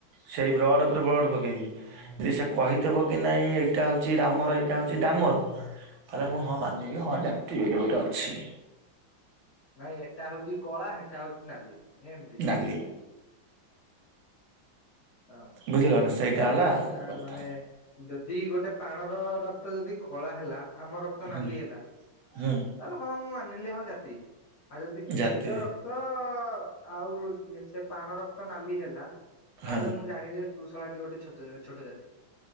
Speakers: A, on the right; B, on the left.
A: ସେଇ ବ୍ଲଡ ଉପରେ ବ୍ଲଡ ପକେଇବି। ଯେ ସେ କହିଥିବ କି ନାଇଁ ଏଇଟା ହଉଛି ରାମର ଏଇଟା ହଉଛି ଦାମର। ତାହଲେ ମୁଁ ହଁ ମାନିବି ହଁ ଜାତି ବୋଲି ଗୋଟେ ଅଛି।
B: ନାଇଁ ଏଟା ହଉଛି କଳା ସେଟା ହଉଛି ନାଲି ଏମତି।
A: ନାଲି।
B: ହଁ
A: ବୁଝିଲ ନା ସେଇଟା ହେଲା
B: କୋଉଟା
A: କଥା
B: ମାନେ ଯଦି ଗୋଟେ ପାଣର ରକ୍ତ ଯଦି କଳା ହେଲା ଆମ ରକ୍ତ ନାଲି
A: ହୁଁ
B: ହେଲା।
A: ହୁଁ
B: ତାହେଲେ ହଁ ମୁଁ ମାନିଲି ହଁ ଜାତି ଆଉ ଯଦି
A: ଜାତି
B: ନିଜ ରକ୍ତ ଆଉ ସେ ପାଣ ରକ୍ତ ନାଲି ହେଲା। ତାହେଲେ
A: ହଁ
B: ମୁଁ ଜାଣିବି ଯେ ତୁଷଳାଟି ଗୋଟେ ଛୋଟ ଛୋଟ ଜାତି।